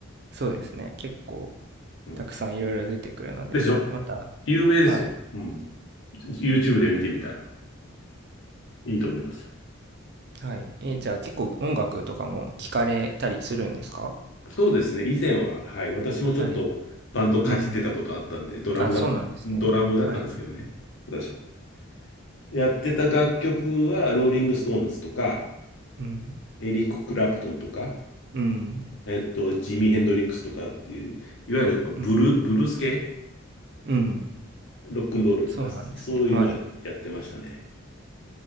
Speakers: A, on the right (about 50°); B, on the left (about 65°).
A: そうですね。結構
B: うん。
A: たくさんいろいろ出てくるので、
B: でしょ
A: また、
B: 有名ですよ。
A: はい。
B: うん。YouTube で見てみたらいいと思いますよ。
A: はい。え、じゃあ結構音楽とかも聞かれたりするんですか？
B: そうですね。以前は、はい。私もちょっとバンドかじってたことあったんで、
A: はい。うん。
B: ドラムだ、
A: あ、そうなんですね。
B: ドラムだったんですけどね。
A: はい。
B: 私は。やってた楽曲は、ローリング・ストーンズとか、
A: うん。
B: エリック・クラプトンとか、
A: うん。
B: えっと、ジミー・ヘンドリックスとかっていう、いわゆるブル、
A: うん。
B: ブルース系、
A: うん。
B: ロックンロールとか、
A: そうなんですね。
B: そういうのをや、
A: はい。
B: やってましたね。